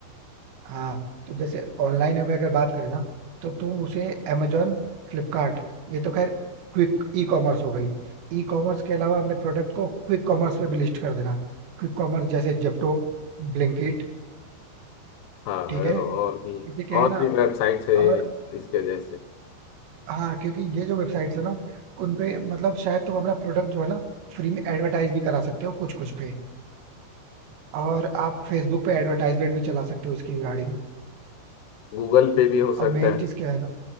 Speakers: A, on the right; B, on the left.
A: हाँ, तो जैसे ऑनलाइन में अगर बात करें ना तो तुम उसे अमेजोन फ्लिपकार्ट ये तो खैर क्विक ई कॉमर्स हो गई ई कॉमर्स के अलावा अपने प्रोडक्ट को क्विक कॉमर्स में भी लिस्ट कर देना क्विक कॉमर्स जैसे जेप्टो ब्लिंकिट
B: हाँ
A: ठीक है
B: और भी
A: इसे क्या
B: और
A: है ना
B: भी वेबसाइट्स है
A: और
B: इसके जैसे
A: हाँ क्योंकि ये जो वेबसाइट्स है ना उन पे मतलब शायद तुम अपना प्रोडक्ट जो है ना फ्री में एडवर्टाइज भी करा सकते हो कुछ कुछ पे और आप फेसबुक पे एडवर्टाइजमेंट भी चला सकते हो इसकी रिगार्डिंग
B: गूगल पे भी हो
A: और
B: सकता
A: मेन
B: है
A: चीज क्या है ना